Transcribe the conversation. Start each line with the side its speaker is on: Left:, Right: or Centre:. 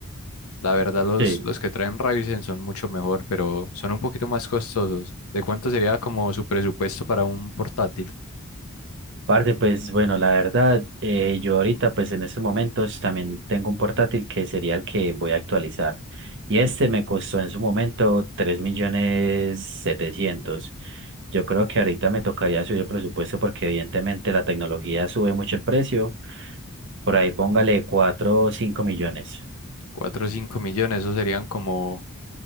Left: La verdad, los,
Right: Sí.
Left: los que traen Ryzen son mucho mejor, pero son un poquito más costosos. ¿De cuánto sería como su presupuesto para un portátil?
Right: parte pues bueno, la verdad, eh, yo ahorita pues en estos momentos también tengo un portátil que sería el que voy a actualizar. Y este me costó en su momento tres millones setecientos Yo creo que ahorita me tocaría subir el presupuesto porque evidentemente la tecnología sube mucho el precio. Por ahí póngale 4 o 5 millones.
Left: cuatro o 5 millones, esos serían como...